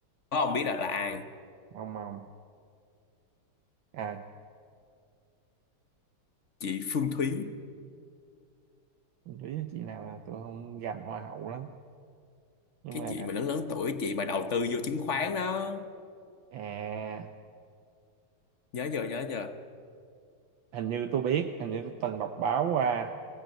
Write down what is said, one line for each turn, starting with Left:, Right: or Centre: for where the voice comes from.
Left: có ông biết là là ai
Right: không không à
Left: chị Phương Thúy
Right: lý chị nào là tôi không gành hoa hậu lắm nhưng
Left: cái
Right: mà
Left: chị mà lớn lớn tuổi chị mà đầu tư vô chứng khoán đó
Right: à
Left: nhớ giờ nhớ giờ
Right: hình như tôi biết hình như tôi từng đọc báo qua